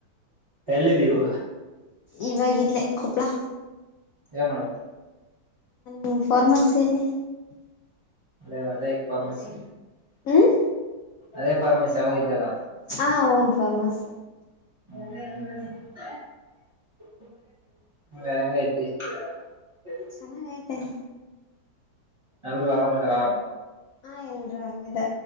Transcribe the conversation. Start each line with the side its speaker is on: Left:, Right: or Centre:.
Right: ಎಲ್ಲಿದ್ದೀವಾಗ
Left: ಇವಾಗಲೇ ಕೊಪ್ಪಳ
Right: ಏ ಮಾಡತಿ
Left: ಹ್ಮ ಪರಮಾಸೆಯಲ್ಲಿ
Right: ಅ ಅದೇ ಫಾರ್ಮಸಿ
Left: ಹ್ಮ್
Right: ಅದೇ ಫಾರ್ಮಸಿ ಅವಾಗಿದ್ದಲ್ಲ
Left: ಹಾ ಓನ್ ಫಾರ್ಮಸ್
Right: ಹ <unintelligible>
Left: ಚೆನ್ನಾಗಿಗೈತೇ
Right: ಎಲ್ರುೂ ಆರಾಮಂದಾರಾ
Left: ಹಾ ಎಲ್ರುೂ ಆರಾಮದ